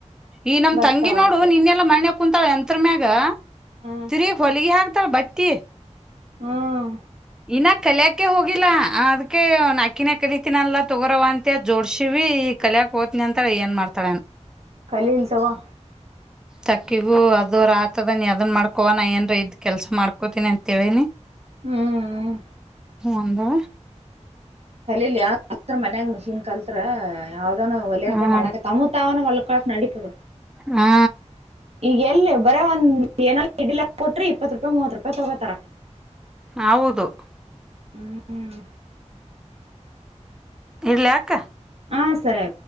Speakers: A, in the centre; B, on the right (about 55°).
A: ಈ ನಮ್
B: ಬರ್ತಾವ
A: ತಂಗಿ ನೋಡು
B: ಅಂತ
A: ನಿನ್ನೆಯಲ್ಲ ಮನ್ನೆ ಕುಂತಳ ಯಂತ್ರ ಮ್ಯಾಗ
B: ಹ್ಮ್
A: ತಿರಿಗ್ ಹೊಲಿಯಾಕ್ <unintelligible> ಬಟ್ಟಿ
B: ಹ್ಮ್
A: ಇನ್ನ ಕಲಿಯಾಕೆ ಹೋಗಿಲ್ಲ, ಅದಕ್ಕೆ ನಾ ಆಕಿನೇ ಕಲಿತನಲ್ಲ ತೊಗೋರವ ಅಂತ ಜೋಡ್ಸಿವಿ ಈ ಕಲಿಯಾಕ್ ಹೊತಿನಿ ಅಂತಾಳ ಏನ್ ಮಾಡ್ತಾಳ
B: ಕಲಿಲಿ ತಗ.
A: ತಕ್ಕಿಗೂ ಅದು ಆತದ, ನೀ ಅದನ್ನು ಮಾಡ್ಕೋ. ನಾನು ಏನಾದರೂ ಕೆಲಸ ಮಾಡ್ಕೋತೀನಿ ಅಂತ್ ಹೇಳಿನಿ.
B: ಹ್ಮ್
A: ಒಂದು
B: ಕಲಿಲಿ <unintelligible> ಮನ್ಯಾಗ ಮಿಷೀನ್ ಕಲ್ತ್ರ ಯಾವ್ದಾನ ಉಲ್ಲೇಖ
A: ಹ್ಮ್
B: ಮಾಡಕ ತಮ್ಮ ತಾವೇ ಹೊಲ್ <unintelligible> <unintelligible> ಕ್ಕಳಕ್ ನಡೀತದ
A: ಹಾ
B: ಈಗ ಎಲ್ಲಿ ಬರೇ ಒಂದ್ ಏನಾದರೂ <unintelligible> ಕೊಡ್ರಿ, ಇಪ್ಪತ್ತು ರೂಪಾಯಿ, ಮುವತ್ತು ರೂಪಾಯಿ ತಗೋತಾರ.
A: ಹೌದು
B: ಹ್ಮ್
A: ಇರ್ಲಿ ಹಾಕ
B: ಹಾ, ಸರಿ